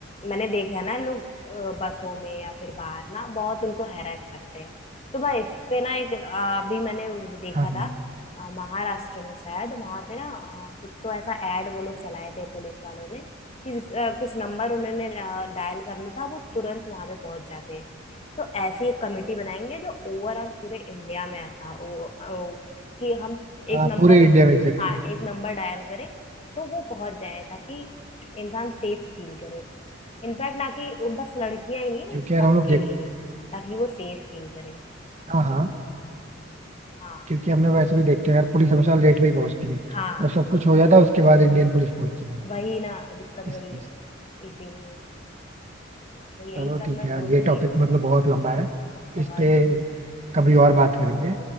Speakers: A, on the left; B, on the right.
A: मैंने देखा है ना लोग अ, बसों में या फिर बाहर ना बहुत उनको हैरेस करते हैं तो मैं इस पे ना एक अ, अभी मैंने वो देखा
B: हाँ
A: था
B: हाँ
A: अ, महाराष्ट्र में शायद वहां पे ना अ, कुछ तो ऐसा ऐड वो लोग चलाए थे पुलिस वालों ने कि अ, कुछ नंबर उन्होंने डायल करना था वो तुरंत वहां पे पहुंच जाते तो ऐसी एक कमेटी बनाएंगे जो ओवरऑल पूरे इंडिया में ऐसा हो हो, कि हम एक
B: हाँ
A: नंबर
B: पूरे इंडिया में एग्जैक्टली
A: हाँ एक नंबर डायल करें तो वो पहुंच जाए ताकि इंसान सेफ फील करे इनफैक्ट ना कि वो बस लड़कियां ही नहीं भाई
B: क्योंकि
A: सबके
B: यार हम लोग देख
A: लिए ताकि वो सेफ फील करे
B: हाँ हाँ
A: हाँ
B: क्योंकि हमने वैसे भी देखते हैं यार पुलिस हमेशा लेट में ही पहुंचती है
A: हाँ
B: जब सब कुछ हो जाता है उसके बाद इंडियन पुलिस पहुंचती
A: वही
B: है
A: ना दिक्कत
B: इस
A: वही
B: वजह
A: है
B: से
A: इसीलिए तो यही
B: चलो
A: सब
B: ठीक
A: मैं
B: है यार
A: सोच
B: ये
A: रही
B: टॉपिक
A: थी
B: मतलब बहुत लंबा है
A: बहुत
B: इस पे कभी और बात करेंगे